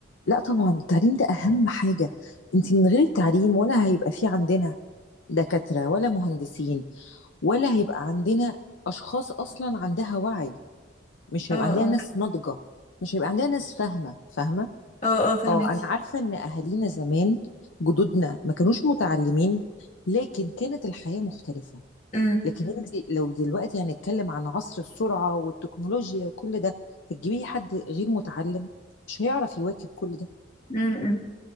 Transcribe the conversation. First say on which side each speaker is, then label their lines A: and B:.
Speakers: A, on the left; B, on the left.
A: لا طبعا التعليم ده اهم حاجة انت من غير التعليم ولا هيبقى في عندنا دكاترة ولا مهندسين ولا هيبقى عندنا اشخاص اصلا عندها وعي مش
B: اه
A: هيبقى
B: اه
A: عندنا ناس ناضجة مش هيبقى عندنا ناس فاهمة فاهمة
B: اه اه فهميكي
A: اه انا عارفه ان اهالينا زمان جدودنا ما كانوش متعلمين لكن كانت الحياه مختلفه
B: امم
A: لكن انت لو دلوقتي هنتكلم عن عصر السرعه والتكنولوجيا وكل ده هتجيبيه حد غير متعلم مش هيعرف يواكب كل ده
B: امم